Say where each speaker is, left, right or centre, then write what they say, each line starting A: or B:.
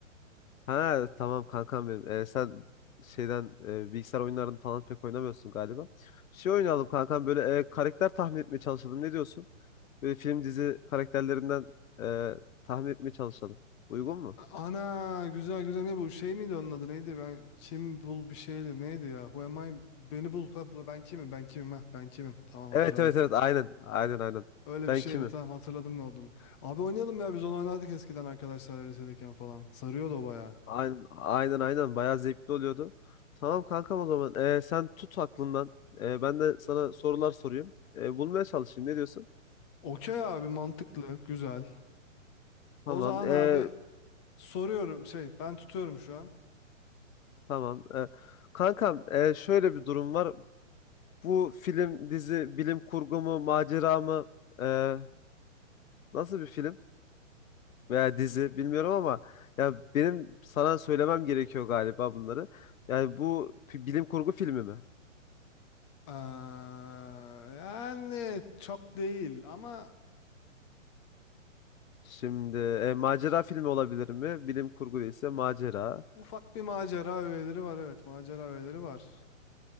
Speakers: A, on the left; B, on the left.
A: ha tamam kankam benim. E, sen şeyden e, bilgisayar oyunlarını falan pek oynamıyorsun galiba. Şey oynayalım kankam böyle e, karakter tahmin etmeye çalışalım. Ne diyorsun? Böyle film dizi karakterlerinden e, tahmin etmeye çalışalım. Uygun mu?
B: Ana güzel güzel ne bu şey miydi onun adı neydi ben kim bul bir şeydi neydi ya who am I beni bul ha, bu- ben kimim ben kimim ha ben kimim tamam hatırladım
A: Evet evet evet aynen aynen aynen.
B: öyle
A: Ben
B: bir şeydi
A: kimim?
B: tamam hatırladım ne olduğunu abi oynayalım ya biz onu oynardık eskiden arkadaşlarla lisedeyken falan sarıyordu o bayağı.
A: Aynen aynen aynen bayağı zevkli oluyordu. Tamam kankam o zaman. Ee, sen tut aklından. Ee, ben de sana sorular sorayım. Ee, bulmaya çalışayım. Ne diyorsun?
B: Okey abi mantıklı, güzel. O
A: Tamam.
B: zaman
A: ee,
B: abi soruyorum şey ben tutuyorum şu an.
A: tamam. Ee, kankam ee, şöyle bir durum var. Bu film, dizi, bilim kurgu mu, macera mı? Ee, nasıl bir film veya dizi bilmiyorum ama ya benim sana söylemem gerekiyor galiba bunları. Yani bu pi- bilim kurgu filmi mi?
B: Ee, yani çok değil ama
A: Şimdi e, macera filmi olabilir mi? Bilim kurgu değilse macera.
B: ufak bir macera öğeleri var evet macera öğeleri var.